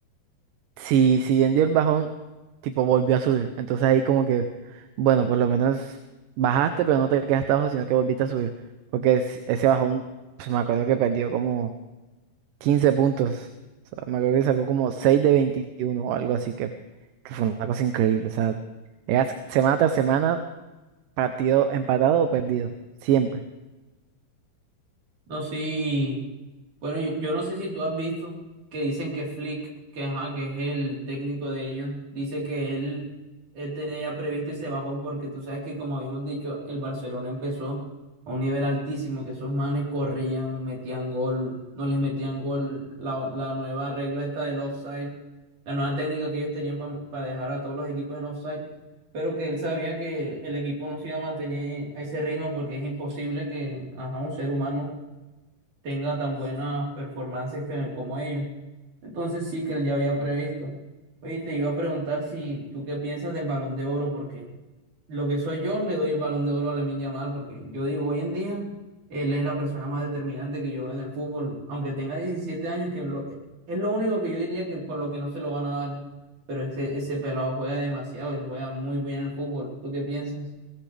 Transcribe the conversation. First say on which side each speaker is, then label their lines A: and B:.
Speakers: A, on the right; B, on the right.
A: si, si bien dio el bajón, tipo volvió a subir. Entonces ahí como que, bueno, por lo menos bajaste, pero no te quedaste abajo, sino que volviste a subir. Porque es- ese bajón, pues, me acuerdo que perdió como 15 puntos. O sea, me acuerdo que sacó como 6 de 21 o algo así, que, que fue una cosa increíble. O sea, era semana tras semana, partido empatado o perdido, siempre.
B: No, sí. Bueno, yo, yo no sé si tú has visto que dicen que Flick, que, ajá, que es el técnico de ellos, dice que él, él tenía ya previsto ese bajón porque tú sabes que como habíamos dicho, el Barcelona empezó a un nivel altísimo, que esos manes corrían, metían gol, no les metían gol, la, la nueva regla esta del offside, la nueva técnica que ellos tenían pa- para dejar a todos los equipos en offside, pero que él sabía que el equipo no se iba a mantener a ese ritmo porque es imposible que, ajá, un ser humano tenga tan buenas performances que- como ellos. Entonces sí que él ya había previsto. Oye, te iba a preguntar si tú qué piensas del Balón de Oro, porque lo que soy yo le doy el Balón de Oro a Lamine Yamal, porque yo digo, hoy en día él es la persona más determinante que yo veo en el fútbol, aunque tenga 17 años, que lo- eh, es lo único que yo diría que por lo que no se lo van a dar, pero ese, ese pelado juega demasiado, él juega muy bien el fútbol. ¿Tú qué piensas?